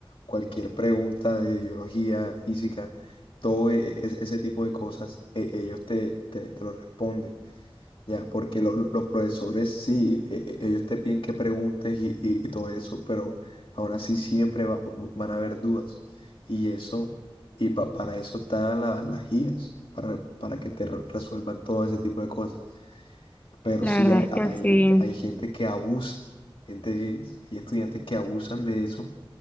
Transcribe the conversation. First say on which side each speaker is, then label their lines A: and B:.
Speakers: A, on the left (about 70°); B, on the left (about 15°).
A: cualquier pregunta de biología, física, todo e- e- ese tipo de cosas, e- ellos te, te, te lo responden. Ya, porque lo- lo- los profesores sí, e- e- ellos te piden que preguntes y, y- y todo eso, pero ahora sí siempre va- van a haber dudas. Y eso, y pa- para eso están la- las guías, para, para que te re- resuelvan todo ese tipo de cosas. Pero
B: La
A: sí
B: verdad
A: hay,
B: es que
A: hay,
B: sí.
A: hay gente que abusa, gente, que- hay estudiantes que abusan de eso.